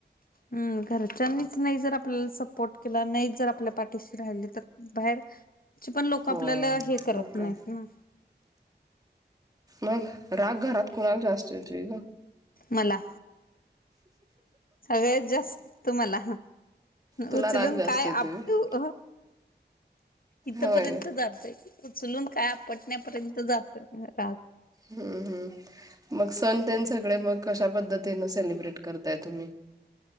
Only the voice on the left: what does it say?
हं घरच्यांनीच नाही जर आपल्याला सपोर्ट केला नाहीच जर आपल्या पाठीशी राहिली तर बाहेरची पण लोक
आपल्याला हे करत
नाहीत ना
मला सगळ्यात जास्त मला
उचलून
काय
आपटू
अह इथपर्यंत
जातय. उचलून काय आपटण्यापर्यंत जातोय राग